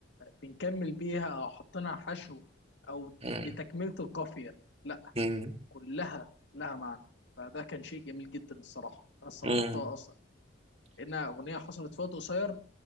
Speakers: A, on the left; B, on the right.
A: بنكمل بيها أو حطينا حشو أو
B: مم،
A: لتكملة القافية لا
B: مم،
A: كلها لها معنى فده كان شيء جميل جدا الصراحة أنا استغربتها
B: مم.
A: أصلا إنها أغنية حصلت في وقت قصير